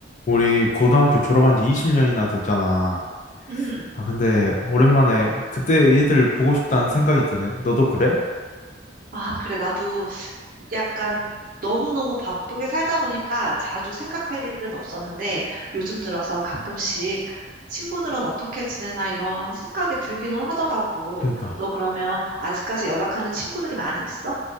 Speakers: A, on the left (about 40°); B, on the right (about 50°).
A: 우리 고등학교 졸업한 지 20년이나 됐잖아.
B: 음.
A: 아, 근데 오랜만에 그때 얘들 보고 싶다는 생각이 드네. 너도 그래?
B: 아, 그래. 나도 약간 너무너무 바쁘게 살다 보니까 자주 생각할 일은 없었는데 요즘 들어서 가끔씩 친구들은 어떻게 지내나 이런 생각이 들기는 하더라고.
A: 그러니까.
B: 너 그러면 아직까지 연락하는 친구들이 많이 있어?